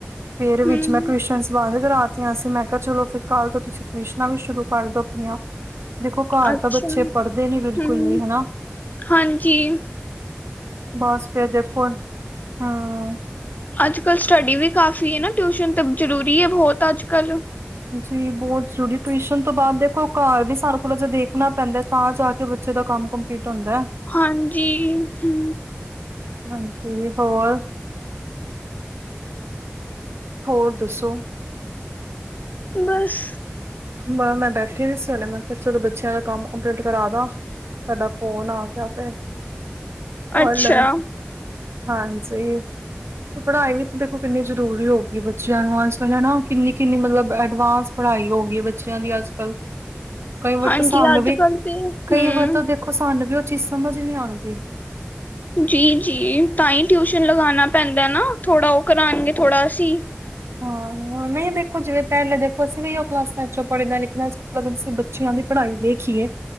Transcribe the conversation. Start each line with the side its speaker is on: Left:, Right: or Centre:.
Right: ਫੇਰ ਵਿੱਚ
Left: ਹਮ
Right: ਮੈਂ ਟਿਊਸ਼ਨ ਬੰਦ ਕਰਾਤੀਆਂ ਸੀ, ਮੈਂ ਕਿਹਾ ਚਲੋ ਫਿਰ ਕੱਲ ਤੋਂ ਤੁਸੀਂ। ਟਵੀਸ਼ਨਾਂ ਵੀ ਸ਼ੁਰੂ ਕਰ ਦੋ ਆਪਣੀਆਂ। ਦੇਖੋ ਘਾਰ
Left: ਅੱਛਾ
Right: ਤਾਂ ਬੱਚੇ ਪੜਦੇ ਨੀ ਬਿਲਕੁਲ
Left: ਹਮ
Right: ਵੀ ਹੈਨਾ।
Left: ਹਾਂਜੀ
Right: ਬਸ ਫੇਰ ਦੇਖੋ ਹਾਂ
Left: ਆੱਜ-ਕਾੱਲ ਸਟੱਡੀ ਵੀ ਕਾਫ਼ੀ ਏ ਨਾ, ਟਯੁਸ਼ਨ ਤੇ ਜ਼ਰੂਰੀ ਏ ਬੋਹੁਤ ਆੱਜ-ਕਾੱਲ
Right: ਜੀ ਬਹੁਤ ਜ਼ਰੂਰੀ, ਟਿਊਸ਼ਨ ਤੋਂ ਬਾਅਦ ਦੇਖੋ ਘਰ ਵੀ ਸਾਨੂੰ ਥੋੜਾ ਜੇਹਾ ਦੇਖਣਾਂ ਪੈਂਦਾ। ਤਾਂ ਜਾ ਕੇ ਬੱਚੇ ਦਾ ਕੰਮ ਕੰਪਲੀਟ ਹੁੰਦੈ।
Left: ਹਾਂਜੀ ਹੂ।
Right: ਹਾਂਜੀ ਹੋਰ ਹੋਰ ਦੱਸੋ
Left: ਬਸ।
Right: ਮੈਂ ਬੈਠੀ ਦੀ ਸੀ, ਹੁਣੇ ਮੈਂ ਕਿਹਾ ਚਲੋ ਬੱਚਿਆਂ ਦਾ ਕੰਮ ਕੰਪਲੀਟ ਕਰਾ ਦਾ। ਤੁਹਾਡਾ ਤ ਫੋਨ ਆ ਗਿਆ ਫੇਰ <unintelligible>
Left: ਅੱਛਾ
Right: ਹਾਂਜੀ। ਪੜਾਈ ਵਿੱਚ ਦੇਖੋ ਕਿੰਨੀ ਜਰੂਰੀ ਹੋਗੀ ਬੱਚਿਆਂ ਨੂੰ ਅੱਜ ਕੱਲ ਹੈਨਾ‌‌, ਕਿੰਨੀ ਕਿੰਨੀ ਮਤਲਬ ਐਡਵਾਂਸ। ਪੜਾਈ ਹੋਗੀ ਏ ਬੱਚੇਆਂ ਦੀ ਆੱਜ-ਕਾੱਲ, ਕਈ ਵਾਰ
Left: ਹਾਂਜੀ
Right: ਤਾ ਸਾਨੂੰ
Left: ਅੱਜ
Right: ਵੀ,
Left: ਕੱਲ ਤੇ
Right: ਕਈ
Left: ਹਮ
Right: ਵਾਰ ਤਾ ਸਾਨੰ ਵੀ ਓ ਚੀਜ਼ ਸਮਜ ਨੀ ਆਂਦੀ। <unintelligible>
Left: ਜੀ-ਜੀ ਤਾਂ ਈ ਟਿਊਸ਼ਨ ਲਗਾਨਾ ਪੈਂਦਾ ਨਾ ਥੋੜਾ ੳਹ ਕਰਾਨਂਗੇ ਥੋੜ੍ਹਾ ਅਸੀਂ।
Right: ਹਾਂ ਨਹੀਂ ਦੇਖੋ ਜਿਵੇ ਪਹਿਲੇ ਦੇਖੋ ਅਸੀਂ ਵੀ ਇੳ ਕਲਾਸਾ ਚੋ ਪੜੇ ਦੇ ਆ। ਮਤਲਬ ਅਸੀਂ ਬੱਚੇਆਂ ਦੀ ਪੜਾਈ ਦੇਖੀਏ।